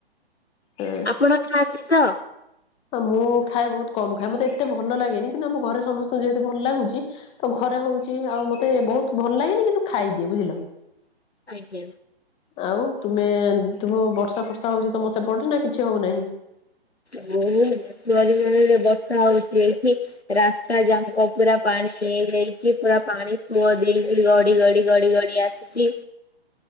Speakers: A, on the left; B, on the left.
A: ହୁଁ।
B: ଆପଣ ଖାଆନ୍ତି ତ?
A: ଆଉ ମୁଁ ଖାଏ ବହୁତ କମ ଖାଏ ମୋତେ ଏତେ ଭଲ ଲାଗେନି କିନ୍ତୁ ଆମ ଘରେ ସମସ୍ତଙ୍କୁ ଯେହେତୁ ଭଲ ଲାଗୁଛି ତ ଘରେ ହଉଚି ଆଉ ମତେ ବହୁତ ଭଲ ଲାଗେନି କିନ୍ତୁ ଖାଇଦିଏ ବୁଝିଲ।
B: ଆଜ୍ଞା।
A: ଆଉ ତୁମେ ତୁମ ବର୍ଷା ଫର୍ଷା ହଉଛି ତମ ସେପଟେ ନା କିଛି ହଉନାହିଁ?
B: ବହୁତ ପରିମାଣରେ ବର୍ଷା ହଉଛି ଏଇଠି। ରାସ୍ତା ଯାକ ପୁରା ପାଣି ହେଇ ଯାଇଛି ପୁରା ପାଣି ସୁୁଅ ଦେଇ ଗଡି ଗଡି ଗଡି ଗଡି ଆସି ଛି